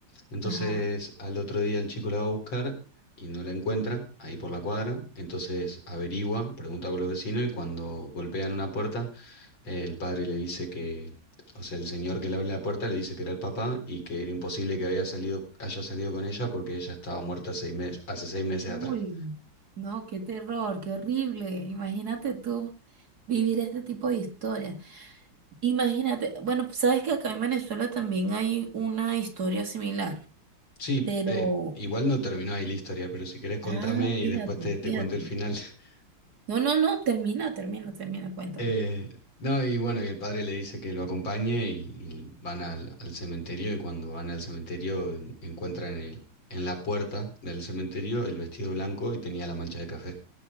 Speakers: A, on the left; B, on the right.
A: Entonces
B: Ajá.
A: al otro día el chico la va a buscar y no la encuentra ahí por la cuadra. Entonces averigua, pregunta por los vecinos y cuando golpean una puerta, el padre le dice que, o sea, el señor que le abre la puerta le dice que era el papá y que era imposible que había salido, haya salido con ella porque ella estaba muerta seis mes- hace seis meses
B: Uy,
A: atrás.
B: no, qué terror, qué horrible. Imagínate tú vivir este tipo de historias. Imagínate, bueno, sabes que acá en Venezuela también hay una historia similar,
A: Sí,
B: pero,
A: eh, igual no terminó ahí la historia, pero si querés contame
B: ah, fíjate,
A: y después te, te
B: fíjate.
A: cuento el final. <laughs>
B: No, no, no, termina, termina, termina, cuéntame.
A: Eh, no, y bueno, y el padre le dice que lo acompañe y, y van al, al cementerio y cuando van al cementerio en- encuentran el, en la puerta del cementerio el vestido blanco y tenía la mancha de café.